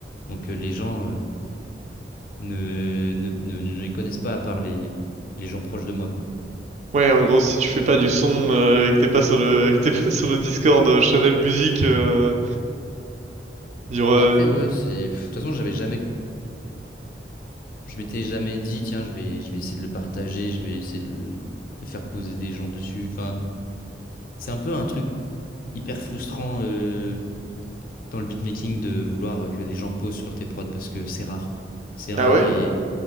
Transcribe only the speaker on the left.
Donc euh, les gens euh, ne, ne, ne, ne les connaissent pas à part les, les gens proches de moi, quoi.
Bah après, ouais, c'est... pff, De toute façon, j'avais jamais... Je m'étais jamais dit, tiens, je vais, je vais essayer de le partager, je vais essayer de le de faire poser des gens dessus. Enfin, c'est un peu un truc hyper frustrant euh, dans le beatmaking de vouloir que des gens posent sur tes prods parce que c'est rare. C'est rare
et...